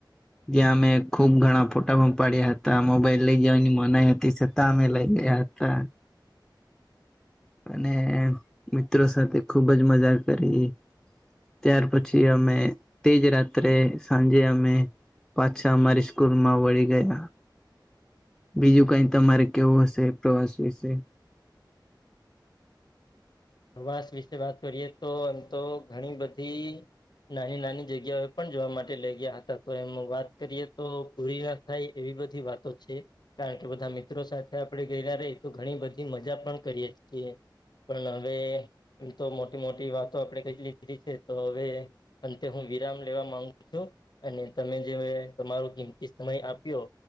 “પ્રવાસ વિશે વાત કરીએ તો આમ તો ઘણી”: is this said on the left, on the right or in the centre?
Left